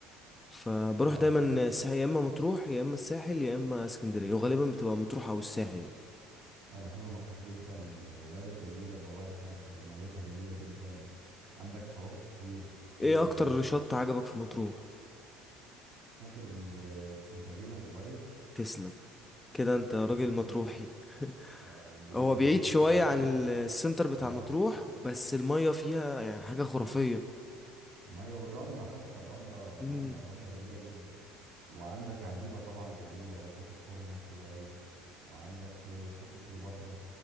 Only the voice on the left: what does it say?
فبروح
دايما الساحل يا اما مطروح يا اما الساحل يا اما اسكندريه وغالبا بتبقى مطروح او الساحل يعني
ايه
اكتر
شط عجبك في مطروح
تسلم كده انت راجل
مطروحي
<laughs>
هو بعيد
شويه
عن
ال- السنتر بتاع
مطروح بس الميه فيها يعني حاجه خرافيه
مم.